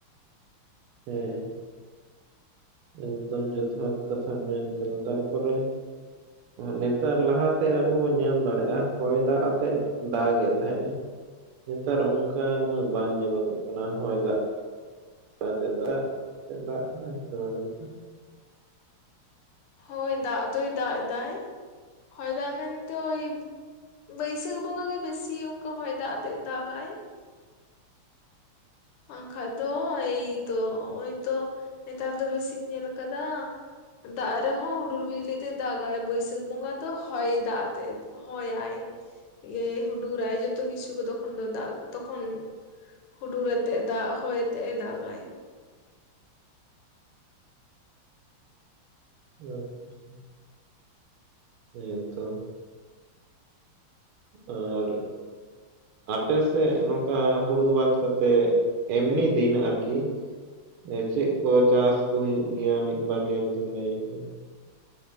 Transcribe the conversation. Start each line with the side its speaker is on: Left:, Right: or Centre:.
Right: ᱦᱳᱭ ᱾ ᱮᱠᱫᱚᱢ ᱡᱚᱛᱷᱟᱛ ᱠᱟᱛᱷᱟ ᱢᱮᱱ ᱠᱟᱫᱟ ᱾ ᱛᱟᱨᱯᱚᱨᱮ ᱱᱮᱛᱟᱨ ᱞᱟᱦᱟᱛᱮ ᱟᱵᱚ ᱵᱚᱱ ᱧᱮᱞ ᱫᱟᱲᱮᱜᱼᱟ ᱦᱚᱭ ᱫᱟᱜ ᱟᱛᱮᱜ ᱫᱟᱜᱮᱫ ᱛᱟᱦᱮᱸᱜᱼᱮ ᱾ ᱱᱮᱛᱟᱨ ᱚᱱᱠᱟ ᱩᱱᱟᱹᱜ ᱵᱟᱝ ᱧᱮᱞᱚᱜᱚᱜ ᱠᱟᱱᱟ ᱦᱚᱭ ᱫᱟᱜ ᱾ ᱠᱟᱛᱮᱜ ᱫᱟᱜ ᱛᱮ ᱫᱟᱜ ᱦᱳᱭ ᱥᱮ <inaudible>
Left: ᱦᱳᱭ ᱫᱟᱜ ᱫᱚᱭ ᱫᱟᱜ ᱮᱫᱟᱭ ᱾ ᱦᱚᱭ ᱫᱟᱜ ᱢᱮᱱᱛᱮ ᱳᱭ ᱵᱟᱹᱭᱥᱟᱹᱠ ᱵᱚᱸᱜᱟ ᱜᱮ ᱵᱮᱥᱤ ᱚᱱᱠᱟ ᱦᱚᱭ ᱫᱟᱜ ᱟᱛᱮᱜ ᱫᱟᱜᱟᱭ ᱾ ᱵᱟᱝ ᱠᱷᱟᱡ ᱫᱚ ᱮᱭᱛᱚ ᱦᱚᱜᱼᱚᱭ ᱛᱚ ᱱᱮᱛᱟᱨ ᱫᱚ ᱵᱮᱥᱤᱧ ᱧᱮᱞ ᱠᱟᱫᱟ ᱫᱟᱜ ᱨᱮᱦᱚᱸ ᱦᱩᱰᱩᱨ ᱵᱤᱡᱽᱞᱤ ᱟᱛᱮᱭ ᱫᱟᱜᱼᱟᱭ ᱵᱟᱹᱭᱥᱟᱹᱠᱷ ᱵᱚᱸᱜᱟ ᱫᱚ ᱦᱚᱭ ᱫᱟᱜ ᱟᱛᱮ ᱦᱚᱭᱟᱭ ᱤᱭᱟᱹ ᱦᱩᱰᱩᱨ ᱟᱭ ᱡᱚᱛᱚ ᱠᱤᱪᱷᱩ ᱠᱚ ᱛᱚᱠᱷᱚᱱ ᱫᱚ ᱫᱟᱜ ᱛᱚ ᱠᱷᱚᱱ ᱾ ᱦᱩᱰᱩᱨ ᱟᱛᱮᱜ ᱫᱟᱜ ᱦᱚᱭ ᱟᱛᱮᱜ ᱮ ᱫᱟᱜᱟᱭ ᱾
Right: <unintelligible> <inaudible> ᱟᱯᱮ ᱥᱮᱜ ᱱᱚᱝᱠᱟ ᱦᱩᱲᱩ ᱵᱟᱫᱽ ᱠᱟᱛᱮᱜ ᱮᱢᱱᱤ ᱫᱤᱱ ᱟᱨᱠᱤ ᱫᱚ ᱪᱮᱜ ᱠᱚ ᱪᱟᱥ ᱠᱚ ᱦᱩᱭᱩᱜ ᱜᱮᱭᱟ ᱢᱤᱫ ᱵᱟᱨᱭᱟ ᱡᱩᱫᱤᱢ ᱞᱟᱹᱭ ᱠᱷᱟᱱ?